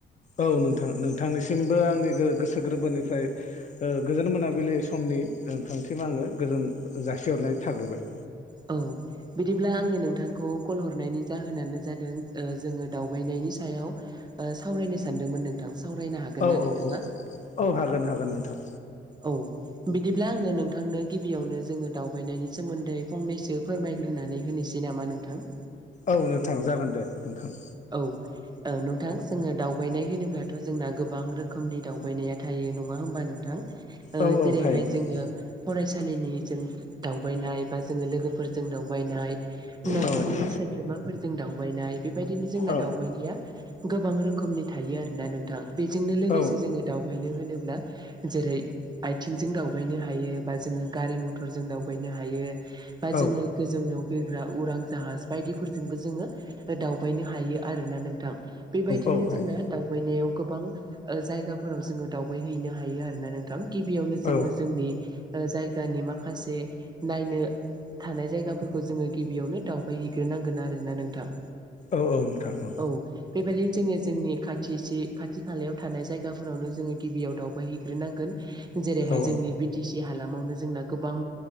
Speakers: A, on the left; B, on the right.
A: औ नोंथां नोंथांनिसिमबो आंनि गो गोसो गोरबोनिफ्राय ओ गोजोन मोनाबिलि समनि नोंथांसिम आङो गोजोन जासिहरनाय थाग्रोबाय
B: औ बिदिब्ला आङो नोंथांखौ कल हरनायनि जाहोनानो जादों जोङो दावबायनायनि सायाव ओ सावरायनो सानदोंमोन नोंथां सावरायनो हागोनना
A: औ औ
B: नोंथाङा
A: औ औ हागोन हागोन नोंथां
B: औ बिदिब्ला आङो नों नोंथांनो गिबियावनो जोङो दावबायनायनि सोमोन्दै फंनैसो फोरमायग्रोनानै होनोसै नामा नोंथां?
A: औ नोंथां जागोन दे नोंथां।
B: औ। औ नोंथां जोङो दावबायनाय होनोब्लाथ' जोंना गोबां रोखोमनि दावबायनाया थायो नङा होमबा नोंथां। ओ
A: औ औ
B: जेरैहाय
A: थायो नोंथां
B: जोङो
A: औ
B: फरायसालिनि जों दावबायनाय बा जोङो लोगोफोरजों दावबायनाय न'खरनि
A: नोंथां
B: सोद्रोमाफोरजों दावबायनाय बेबायदिनो जोंना
A: औ
B: दावबायनाया गोबां रोखोमनि थायो आरोना नोंथां बेजोंनो लोगोसे
A: औ
B: जोङो दा खायनो होनोब्ला जेरै आइथिंजों दावबायनो हायो बा जोङो गारि मथरजों दावबायनो हायो बा
A: औ
B: जोङो गोजौनाव बिरग्रा उरां जाहाज बायदिफोरजोंबो जोङो दावबायनो हा हायो आरोना नोंथां बेबायदिनो
A: औ हायो
B: जोंना दावबायनायाव गोबां जायगाफोराव जोङो दावबायहैनो हायो आरोोना नों थां गिबियावनो जोङो
A: औ
B: जोंनि जायगानि माखासे नायनो थानाय जायगाफोरखौ जोङो गिबियावनो दावबायहैग्रोनांगोन आरोना नोंथां।
A: औ औ नोंथां औ।
B: बेबायदिनो जोंनिया जोंनि खाथि थि खाथि खालायाव थानाय जायगाफोरावनो जोङो गिबियाव दावबाय हैग्रोनांगोन जेरैहाय
A: औ
B: जोंनि बि बि टि सि हालामावनो जोंना गोबां